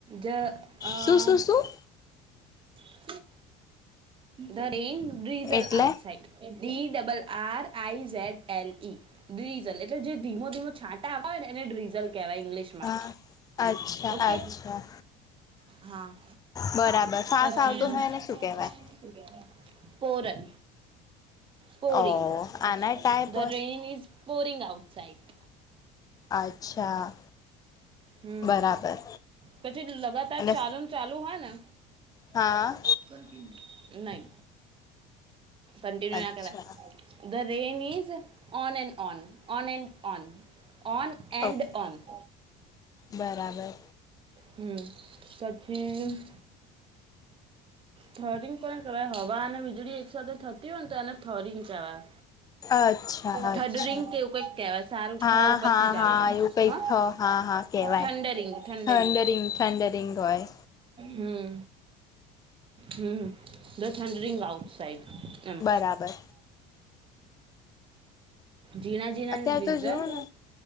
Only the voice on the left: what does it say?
શું શું શું
એટલે
હા અચ્છા
અચ્છા
બરાબર. ફાસ્ટ
આવતો હોય એને શું કહેવાય?
ઓ
આના ટાઈપ
હોય
અચ્છા.
બરાબર
અને
હા.
અચ્છા
ઓકે
બરાબર
અચ્છા અચ્છા
હા
હા
હા
એવું કઈક
થ હા હા કેવાય
thundering
thundering હોય
બરાબર
અત્યારે
તો જોવ ને